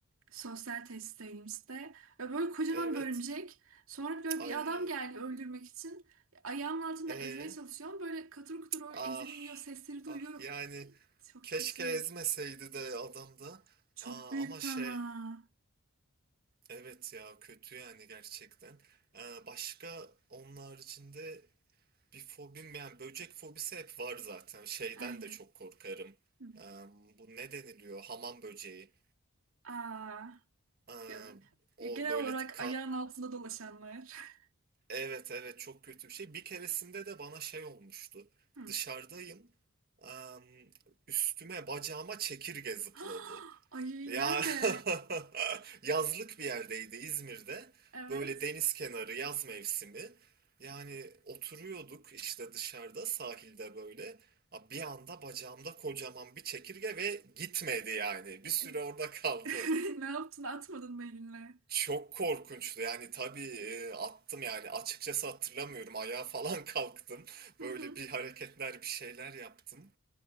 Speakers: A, on the right (about 75°); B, on the right (about 45°).
A: Sosyal tesisteyimizde. Ve böyle kocaman
B: evet.
A: bir örümcek. Sonra böyle bir
B: Ay.
A: adam geldi öldürmek için. Ayağımın altında
B: E,
A: ezmeye çalışıyorum. Böyle katır kutur öyle
B: ah.
A: ezilmiyor. Sesleri duyuyorum.
B: Ah yani
A: Çok
B: keşke
A: kötü.
B: ezmeseydi de adam da.
A: Çok
B: Aa,
A: büyüktü
B: ama şey
A: ama.
B: evet ya kötü yani gerçekten. Ee, başka onun haricinde Bir fobim yani böcek fobisi hep var zaten. Şeyden
A: Aynen.
B: de çok korkarım.
A: Hı.
B: Eee, bu ne deniliyor? Hamam böceği.
A: Aa,
B: Eee,
A: ya-
B: o
A: ya genel
B: böyle
A: olarak
B: ka-
A: ayağın altında dolaşanlar.
B: evet evet çok kötü bir şey. Bir keresinde de bana şey olmuştu.
A: <laughs> Hı.
B: Dışarıdayım. Eee, üstüme bacağıma çekirge zıpladı.
A: <gasps> Ay
B: Ya
A: nerede?
B: <laughs> yazlık bir yerdeydi İzmir'de.
A: Evet.
B: Böyle deniz kenarı yaz mevsimi. Yani oturuyorduk işte dışarıda sahilde böyle. Ha, Bir anda bacağımda kocaman bir çekirge ve gitmedi yani. Bir süre
A: <laughs>
B: orada kaldı.
A: Ne yaptın? Atmadın mı elinle?
B: Çok korkunçtu yani tabii e, attım yani açıkçası hatırlamıyorum ayağa falan <laughs> kalktım.
A: <laughs>
B: Böyle bir hareketler bir şeyler yaptım.